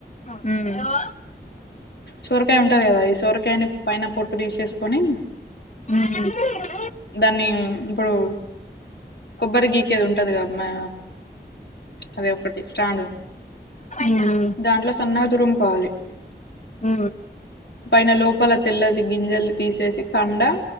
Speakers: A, on the left (about 40°); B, on the left (about 70°).
A: హలో
B: సొరకాయ ఉంటంది కదా ఈ సొరకాయని పైన పొట్టు తీసేసుకొని
A: ఉమ్
B: దాన్ని ఇప్పుడు కొబ్బరి గీకేదుంటది కదమ్మా అదే ఒకటి స్టాండ్
A: మ్మ్ అవును
B: దాంట్లో సన్నగా దురుమ్కోవాలి
A: మ్
B: పైన లోపల తెల్లది గింజలు తీసేసి కండ